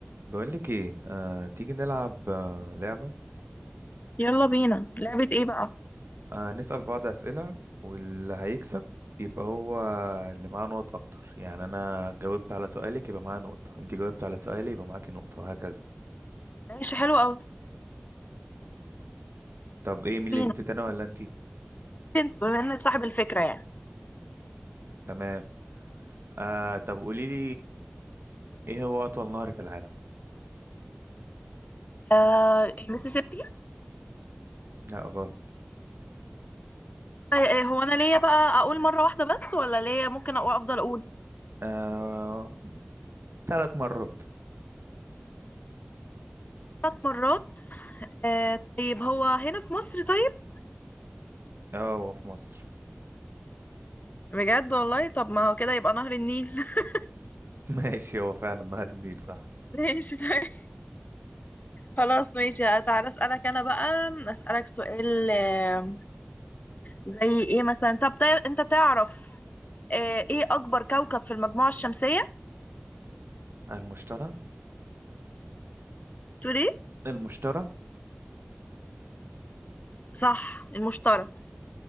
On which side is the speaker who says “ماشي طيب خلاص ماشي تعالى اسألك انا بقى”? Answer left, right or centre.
Left